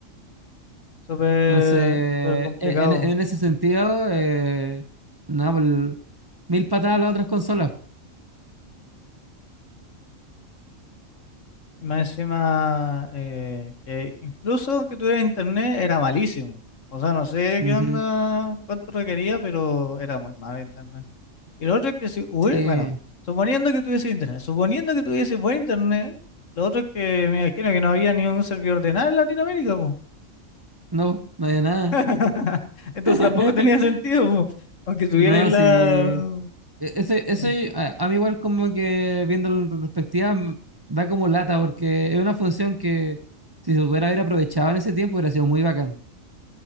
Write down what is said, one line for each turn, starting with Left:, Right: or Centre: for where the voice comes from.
Left: súper
Right: Entonces,
Left: súper complicado.
Right: en, en ese sentido, eh, no, pues, mil patadas a las otras consolas.
Left: Y más encima, eh, que incluso que tuviera internet era malísimo. O sea, no sé
Right: Ujú.
Left: qué onda, cuánto requería, pero era muy mal Y lo otro es que si hubiera,
Right: Sí,
Left: bueno, suponiendo que tuviese internet, suponiendo que tuviese buen internet, lo otro es que me imagino que no había ni un servidor de nada en Latinoamérica, po.
Right: no, no hay nada.
Left: <laughs> Entonces
Right: <laughs>
Left: tampoco tenía sentido, po. Aunque tuviera
Right: No,
Left: ahí la...
Right: sí. E- Ese, ese,
Left: Mm,
Right: a, a mí igual como que viéndolo en retrospectiva m- da como lata porque es una función que si se hubiera haber aprovechado en ese tiempo hubiera sido muy bacán.